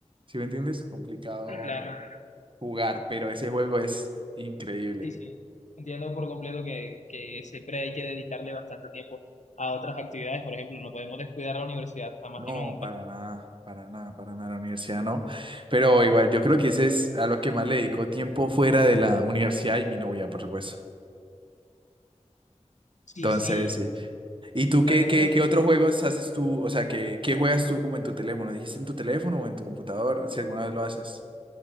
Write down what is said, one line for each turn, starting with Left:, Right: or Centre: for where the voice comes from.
Right: ¿sí me entiendes? Complicado
Left: sí, claro,
Right: jugar, pero ese juego es increíble.
Left: sí, sí. Entiendo por completo que, que siempre hay que dedicarle bastante tiempo a otras actividades. Por ejemplo, no podemos descuidar la universidad jamás
Right: No,
Left: y nunca.
Right: para nada, para nada, para nada, la universidad no. Pero igual yo creo que ese es a lo que más le dedico tiempo fuera de la universidad y mi novia, por supuesto.
Left: Sí,
Right: Entonces,
Left: sí.
Right: sí. ¿Y tú
Left: ¿Para
Right: qué,
Left: qué te
Right: qué,
Left: voy a
Right: qué otros juegos haces tú? O sea, ¿qué, qué juegas tú como en tu teléfono? ¿Dijiste en tu teléfono o en tu computador? Si alguna vez lo haces.